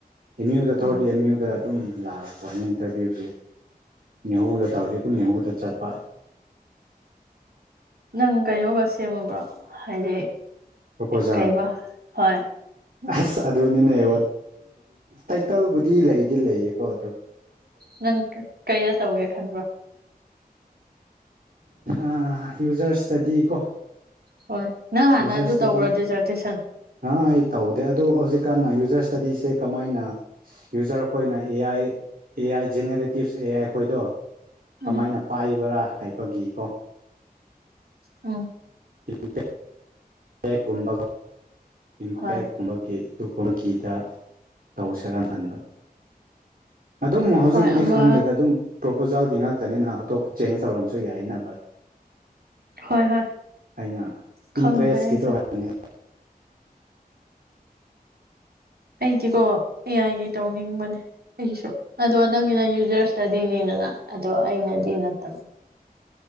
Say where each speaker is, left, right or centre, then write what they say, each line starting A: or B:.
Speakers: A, on the right; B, on the right.
A: ꯑꯦꯝ ꯌꯨ ꯗ
B: ꯎꯝ
A: ꯊꯣꯔꯛꯑꯗꯤ ꯑꯦꯝ ꯌꯨ ꯗ ꯑꯗꯨꯝ ꯂꯥꯛꯈ꯭ꯔꯕꯅꯦ ꯏꯟꯇꯔꯚ꯭ꯨꯒꯤꯎ ꯒꯤ ꯅꯤꯎ ꯗ ꯇꯧꯔꯗꯤ ꯑꯗꯨꯝ ꯅꯤꯎ ꯗ ꯆꯠꯄ
B: ꯅꯪ ꯀꯩꯅꯣꯒ ꯁꯦꯝꯃꯕ꯭ꯔꯣ ꯍꯥꯏꯗꯤ
A: ꯄ꯭ꯔꯣꯄꯣꯖꯦꯜ
B: ꯀꯩꯕ ꯍꯣꯏ
A: ꯑꯁ ꯑꯗꯨꯅꯤꯅꯦꯕ ꯇꯥꯏꯇꯜꯕꯨꯗꯤ ꯂꯩꯗꯤ ꯂꯩꯌꯦꯀꯣ ꯑꯗꯨ
B: ꯅꯪ ꯀꯩꯗ ꯇꯧꯒꯦ ꯈꯟꯕ꯭ꯔꯣ
A: ꯑ ꯌꯨꯖ꯭ꯔꯁꯇꯗꯤ ꯀꯣ
B: ꯍꯣꯏ ꯅꯪ ꯍꯥꯟꯅ
A: ꯌꯨꯖꯔ
B: ꯑꯗꯨ
A: ꯏꯁꯇꯗꯤ
B: ꯇꯧꯕ꯭ꯔꯣ ꯗꯤꯖꯔꯇꯦꯁꯟ
A: ꯑꯥ ꯑꯩ ꯇꯧꯗꯦ ꯑꯗꯣ ꯍꯧꯖꯤꯛꯀꯥꯟꯅ ꯌꯨꯖ꯭ꯔꯁꯇꯗꯤꯁꯦ ꯀꯃꯥꯏꯅ ꯌꯨꯖꯔ ꯈꯣꯏꯅ A I A I ꯖꯦꯅꯦꯔꯦ tips A I ꯈꯣꯏꯗꯣ
B: ꯎꯝ
A: ꯀꯃꯥꯏꯅ ꯄꯥꯏꯕ꯭ꯔꯥ ꯍꯥꯏꯕꯒꯤꯀꯣ
B: ꯎꯝ
A: <inaudible> <unintelligible> ꯏꯝꯄꯦꯛꯀꯨꯝꯕꯒꯤ
B: ꯍꯣꯏ
A: <unintelligible> ꯀꯤꯗ ꯇꯧꯁꯔꯥ ꯈꯟꯕ꯫ ꯑꯗꯨꯝ ꯍꯧꯖꯤꯛꯄꯨꯗꯤ
B: ꯍꯣꯏ ꯑꯃ
A: ꯈꯪꯉꯦꯗ ꯑꯗꯨꯝ ꯐꯨꯖꯜꯒꯤ ꯉꯥꯛꯇꯅꯤꯅ ꯑꯇꯣꯞꯄ ꯆꯦꯟꯖ ꯇꯧꯔꯝꯁꯨ ꯌꯥꯏꯅ ꯕꯠ
B: ꯍꯣꯏ ꯍꯣꯏ꯫
A: ꯑꯩꯅ
B: ꯈꯪꯗ꯭ꯔꯦ
A: ꯏꯟꯇꯔꯦꯁꯀꯤꯗꯣ
B: ꯑꯩꯁꯨ
A: ꯍꯪ <unintelligible>
B: ꯑꯩꯗꯤꯀꯣ ꯑꯦꯌꯥꯥꯏꯒꯤ ꯇꯧꯅꯤꯡꯕꯅꯦ ꯑꯩꯒꯤꯁꯨ ꯑꯗꯣ ꯅꯪꯒꯤꯅ ꯌꯨꯖꯔꯁꯇꯗꯤꯅꯦꯗꯅ ꯑꯗꯣ ꯑꯩꯅꯗꯤ ꯅꯠꯇꯕ